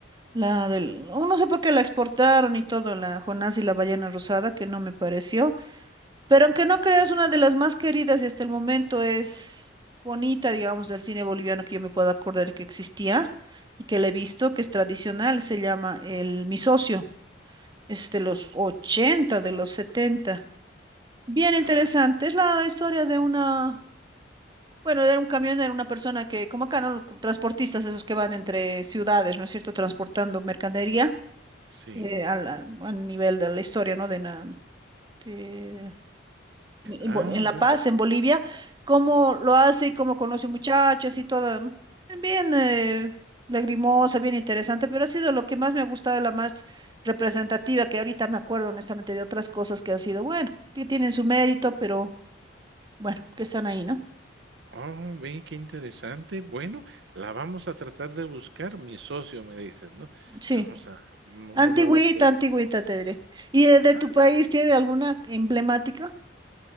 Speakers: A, on the right; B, on the right.
A: La del, oh, no sé por qué la exportaron y todo, la Jonás y la ballena rosada, que no me pareció. Pero aunque
B: Mm,
A: no creas,
B: mm,
A: una de las más queridas y hasta el momento es bonita, digamos, del cine boliviano que yo me puedo acordar que existía y que la he visto,
B: ujú,
A: que es tradicional, se llama El Mi Socio, es de los
B: Mis,
A: 80,
B: sí,
A: de los 70. Bien
B: ah,
A: interesante, es la historia de una, bueno, era un camionero, una persona que, como acá, ¿no? Transportistas, esos que van entre ciudades, ¿no es cierto?, transportando mercadería
B: sí.
A: eh, al- al- a, nivel de la historia, ¿no? De, na- de en
B: Ah,
A: Bo- en
B: ve,
A: La Paz, en Bolivia, cómo lo hace y cómo conoce muchachas y todo. mm, Bien eh, lagrimosa, bien interesante, pero ha sido lo que más me ha gustado, la más representativa, que ahorita me acuerdo honestamente de otras cosas que han sido, bueno, que tienen su mérito, pero bueno, que están ahí, ¿no?
B: oh, ve, qué interesante. Bueno, la vamos a tratar de buscar. Mi socio me dice, ¿no?
A: Sí,
B: Vamos a, no no
A: antigüita,
B: me voy a quedar.
A: antigüita, te diré. ¿Y de, de
B: Ah,
A: tu país tiene alguna emblemática?